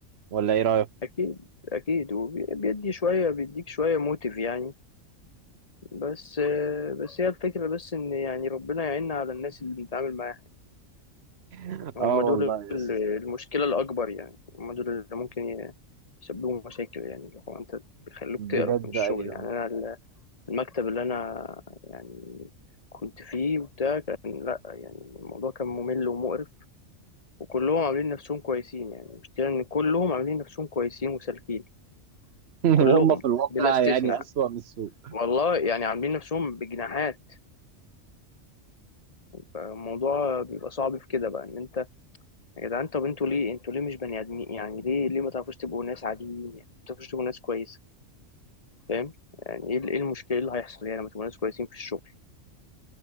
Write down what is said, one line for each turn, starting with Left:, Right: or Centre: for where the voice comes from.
Right: ولا ايه رايك؟
Left: اكيد اكيد وبيدي شويه بيديك شويه موتيف يعني بس آه، بس هي الفكره بس ان يعني ربنا يعيننا على الناس اللي بنتعامل معاها
Right: <laughs>
Left: هم
Right: اه
Left: دول
Right: والله
Left: ال-
Right: يس
Left: المشكلة الأكبر يعني هم دول اللي ممكن ي- يسببوا مشاكل يعني اللي هو أنت بيخلوك
Right: بجد
Left: تقرف من الشغل
Right: ايوه
Left: يعني أنا ال- المكتب اللي أنا يعني كنت فيه وبتاع كان لأ يعني الموضوع كان ممل ومقرف وكلهم عاملين نفسهم كويسين يعني المشكلة إن كلهم عاملين نفسهم كويسين وسالكين
Right: <laughs>
Left: كلهم
Right: وهم في الواقع
Left: بلا استثناء
Right: يعني اسوأ من السوق
Left: والله يعني عاملين نفسهم بجناحات فالموضوع بيبقى صعب في كده بقى إن أنت يا جدعان طب انتوا ليه انتوا ليه مش بني ادمين يعني ليه ليه ما تعرفوش تبقوا ناس عاديين يعني ما تعرفوش تبقوا ناس كويسه فاهم يعني ايه ال- ايه المشكله إيه اللي هيحصل يعني لما تبقوا ناس كويسين في الشغل